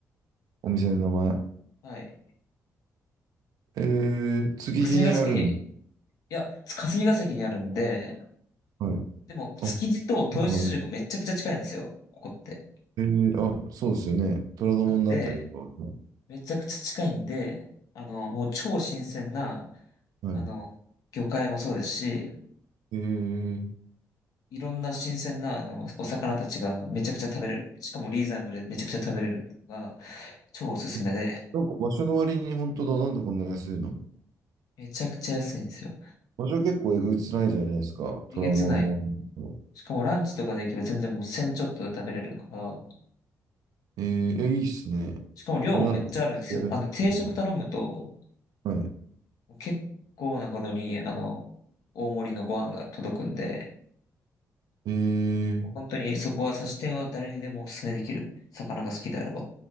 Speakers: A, on the right; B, on the left.
A: 店の名前。
B: はい。
A: えー、築地にあるんだ。
B: 霞ヶ関に、いや、霞ヶ関にあるんで、
A: はい。
B: でも、築地と豊洲市場がめちゃくちゃ近いんですよ、
A: あ、はい。
B: ここって。
A: えー、あ、そうですよね。虎ノ門のあたりとか。
B: なんで、めちゃくちゃ近いんで、あの、もう超新鮮な、
A: はい。
B: あの、魚介もそうですし、
A: えー、
B: いろんな新鮮な、あの、お魚たちがめちゃくちゃ食べれる。しかもリーズナブルでめちゃくちゃ食べれるのが超おすすめで、
A: えなんか場所の割に本当だ。なんでこんな安いの
B: めちゃくちゃ安いんですよ。
A: 場所結構えぐつないじゃないですか。
B: えげつない。
A: 虎ノ門の。
B: しかもランチとかで行けば全然もう1000ちょっとで食べれるから、
A: えー、えいいっすね。
B: しかも量もめっちゃあるんですよ。
A: これなんか、やるっていうの。
B: あの、定食頼むと、
A: はい。
B: 結構なほどに、あの、大盛りのご飯が届くんで、
A: え
B: 本当にそこは差し店は誰にでもおすすめできる。
A: ー、
B: 魚が好きであれば。